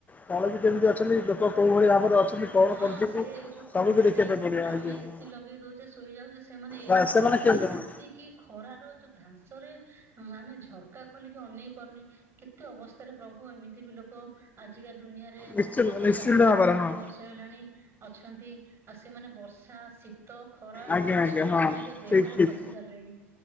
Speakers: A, on the left; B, on the right.
A: ତଳେ ବି କେମିତି ଅଛନ୍ତି ଲୋକ କୋଉ ଭଳି ଭାବରେ ଅଛନ୍ତି। କଣ
B: ହଁ
A: କରୁଛନ୍ତି
B: ସେ ଏଇ ଯୋଉ ଖରାରେ
A: ସବୁ ବି ଦେଖିବା ପାଇଁ ପଡିବ
B: ଆମେ
A: ଆଜ୍ଞା ହଁ
B: ଏସିି ଲଗେଇ ଦଉଛେ ଶୋଇଯାଉଚେ। ସେମାନେ ଏଇ
A: ବାସ୍
B: ଯୋଉ
A: ସେମାନେ
B: ବାଲି
A: କେମିତି
B: ତାତିକି
A: ହଁ
B: ଖରାର ଯୋଉ ଧାଂସ ରେ ଅଁ, ଆମେ ଝରକା ଖୋଲିକି ଅନେଇ ପାରୁନି କେତେ ଅବସ୍ଥାରେ ପ୍ରଭୁ ଏମିତି ବି ଲୋକ ଆଜିକା ଦୁନିଆରେ ଏ ମାନେ
A: ନିଶ୍ଚିନ୍ତ
B: ଦେଶ
A: ନିଶ୍ଚିନ୍ତ
B: ସ୍ଵାଧୀନ
A: ଭାବରେ
B: ହବା ଏତେ
A: ହଁ
B: ବର୍ଷ ଷ ହେଲାଣି ଅଛନ୍ତି। ଆଉ ସେମାନେ ବର୍ଷା ଶୀ ତ ଖରା,
A: ଆଜ୍ଞା ଆଜ୍ଞା
B: ସବୁକୁ
A: ହଁ
B: ନିଜ ଦେହରେ
A: ଠିକ୍ ଠିକ୍
B: ଘଷି ସାରିଲେଣି।